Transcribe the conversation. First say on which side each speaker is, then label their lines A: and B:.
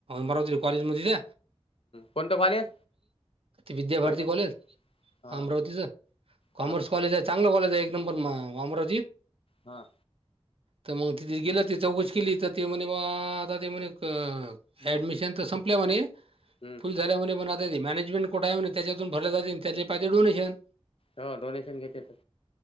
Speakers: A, on the right; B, on the left.
A: बरारी कॉलेज मध्येथे
B: कोणतं कॉलेज
A: विद्याभारती
B: म्हणजे
A: कॉलेज
B: हा
A: अमरावतीचं. कॉमर्स
B: हा
A: कॉलेज आहे चांगलं कॉलेज आहे एक नंबर अमरावतीत
B: हा.
A: तर मग तिथे गेलं त चौकशी केली तर ते म्हणे आता ते म्. ऍडमिशन तर संपल्या म्हणे.
B: हम्.
A: खुश झाल्यामुळे पण आता ते मॅनेजेंट कुठ आहेण त्याच्यातून भर जाते त्याचे पाहिे डोनेशन
B: हो डोनेशन घेतेेत.